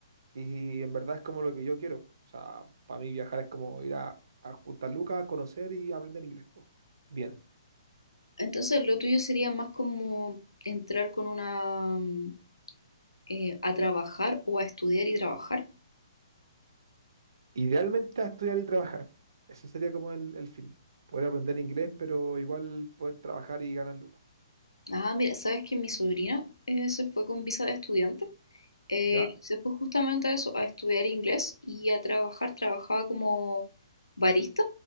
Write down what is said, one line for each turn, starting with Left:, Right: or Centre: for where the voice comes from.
Right: y en verdad es como lo que yo quiero. po. O sea, para mí viajar es como ir a, a juntar lucas, conocer y aprender inglés. po. Bien.
Left: Entonces lo tuyo sería más como entrar con una... mm, eh, a trabajar o a estudiar y trabajar.
Right: Idealmente a estudiar y trabajar. Ese sería como el, el fin. Poder aprender inglés, pero igual poder trabajar y ganar lucas.
Left: Ah, mira, sabes que mi sobrina eh, se fue con visa de estudiante. Eh,
Right: ¿Ya?
Left: se fue justamente a eso, a estudiar inglés y a trabajar. Trabajaba como barista